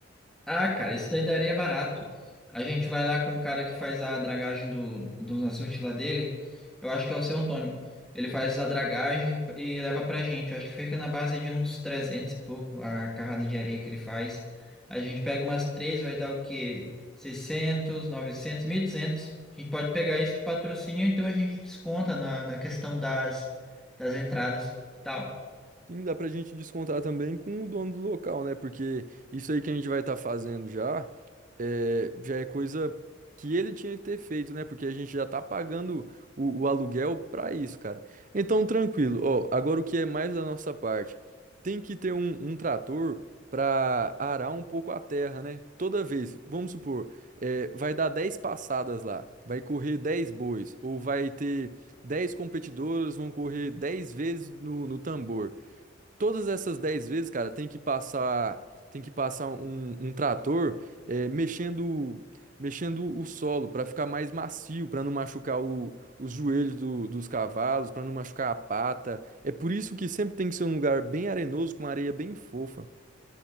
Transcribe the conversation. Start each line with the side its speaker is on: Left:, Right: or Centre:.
Centre: Ah, cara, isso daí daria barato. A gente vai lá com o cara que faz a dragagem do, dos açudes lá dele. Eu acho que é o seu Antônio. Ele faz a dragagem e leva pra gente. Eu acho que fica na base de uns 300 e pouco a carrada de areia que ele faz. A gente pega umas três, vai dar o quê? 600, 900, duzentos. A gente pode pegar isso de patrocínio, então a gente desconta na, na questão das, das entradas. Que tal?
Right: Sim, dá pra gente descontar também com o dono do local, né? Porque isso aí que a gente vai estar fazendo já é, já é coisa que ele tinha que ter feito, né? Porque a gente já tá pagando o, o aluguel pra isso, cara. Então, tranquilo. Ó, agora o que é mais da nossa parte? Tem que ter um, um trator pra arar um pouco a terra, né? Toda vez, vamos supor, é, vai dar 10 passadas lá, vai correr 10 bois, ou vai ter 10 competidoras, vão correr 10 vezes no no tambor todas essas 10 vezes, cara, tem que passar, tem que passar um, um trator é, mexendo, mexendo o solo para ficar mais macio, para não machucar o- os joelhos do- dos cavalos, para não machucar a pata. É por isso que sempre tem que ser um lugar bem arenoso, com areia bem fofa.